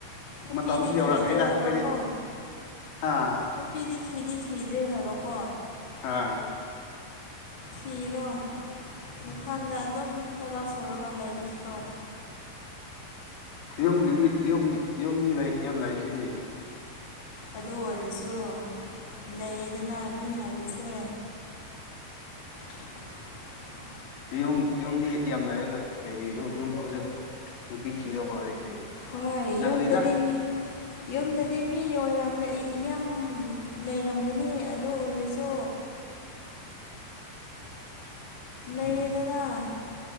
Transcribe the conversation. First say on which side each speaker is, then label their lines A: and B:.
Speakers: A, on the left (about 30°); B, on the left (about 70°).
A: ꯅꯨꯄꯤꯗꯤ
B: ꯃꯇꯝꯁꯨ ꯌꯧꯔꯛꯑꯦꯗ
A: ꯊꯤꯗ꯭ꯔꯦ
B: ꯑꯩꯈꯣꯏꯗꯤ
A: ꯍꯥꯏꯕꯀꯣ
B: ꯑꯥ
A: ꯅꯨꯄꯤꯗꯤ ꯊꯤꯗꯤ ꯊꯤꯗ꯭ꯔꯦ ꯍꯥꯏꯕ ꯀꯣ
B: ꯑꯥ
A: ꯊꯤꯔꯣ ꯅꯊꯟꯗ ꯑꯗꯨꯝ ꯊꯕꯥꯛ ꯁꯨꯔꯒ ꯂꯩꯕ ꯁꯥꯔꯨꯛ
B: ꯌꯨꯝꯒꯤ ꯃꯤ ꯌꯨꯝꯒꯤ ꯌꯨꯝ ꯃꯤ ꯂꯩ ꯌꯥꯝ ꯂꯩ ꯁꯤꯗꯤ
A: ꯑꯗꯨ ꯑꯣꯏꯔꯁꯨ ꯂꯩꯌꯦꯗꯅ ꯃꯤ ꯍꯥꯏꯕꯁꯦ <inaudible>
B: ꯌꯨꯝ ꯌꯨꯝ ꯃꯤ ꯌꯥꯝ ꯂꯩꯥꯏꯑꯦ ꯀꯩ ꯀꯩꯅꯣ ꯍꯧꯖꯤꯛ ꯅꯨꯄꯤ ꯊꯤꯗꯧꯕ ꯍꯧꯖꯤꯛꯇꯤ
A: ꯍꯣꯏ
B: ꯉꯜꯂꯤꯗ
A: ꯌꯨꯝꯗꯗꯤ ꯃꯤ ꯌꯨꯝꯗꯗꯤ ꯃꯤ ꯌꯣꯏꯔꯝꯒ ꯏ ꯏ ꯌꯥꯝ ꯂꯩꯔꯝꯒꯅꯤ ꯑꯗꯨ ꯑꯣꯏꯔꯁꯨ ꯂꯩꯌꯦꯗꯅ